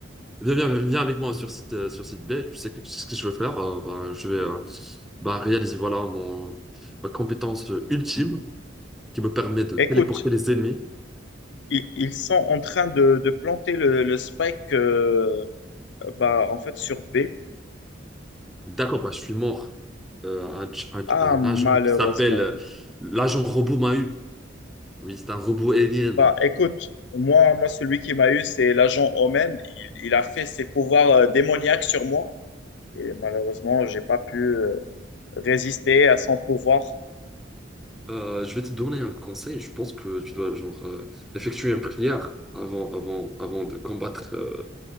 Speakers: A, in the centre; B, on the left.
A: Viens, viens, viens avec moi sur site, euh, sur site B. Tu sais que, ce que je veux faire. euh, bah, je vais euh, bah, réaliser voilà, mon, ma compétence euh, ultime qui me permet de
B: Écoute,
A: téléporter les ennemis.
B: i- ils, sont en train de, de planter le, le spike euh, bah, en fait sur B.
A: D'accord, ben je suis mort. Euh, un, ch- un-
B: Ah,
A: un
B: malheureusement.
A: agent qui s'appelle euh, l'agent robot m'a eu Oui, c'est un robot alien.
B: Bah, écoute, moi, moi, celui qui m'a eu, c'est l'agent Omen. Il, il a fait ses pouvoirs euh, démoniaques sur moi. Et malheureusement, j'ai pas pu euh, résister à son pouvoir.
A: Euh, je vais te donner un conseil. Je pense que tu dois genre, euh, effectuer une prière avant, avant, avant de combattre euh,